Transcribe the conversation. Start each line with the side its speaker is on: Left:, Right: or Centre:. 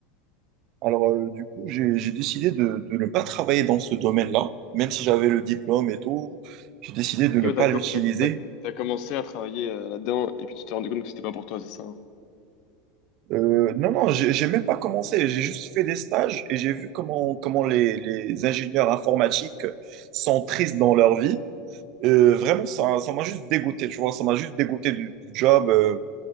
Right: Alors, euh, du coup, j'ai j'ai décidé de, de ne pas travailler dans ce domaine-là, même si j'avais le diplôme et tout. J'ai décidé de
Left: Ok,
Right: ne
Left: mais
Right: pas
Left: t'as, co-
Right: l'utiliser.
Left: t'as, t'as- t'as commencé à travailler euh, là-dedans et puis tu t'es rendu compte que c'était pas pour toi, c'est ça? hein
Right: Euh, non, non, j'ai j'ai même pas commencé. J'ai juste fait des stages et j'ai vu comment, comment les, les ingénieurs informatiques sont tristes dans leur vie. Euh, vraiment, ça, ça m'a juste dégoûté, tu vois, ça m'a juste dégoûté du, du job. euh,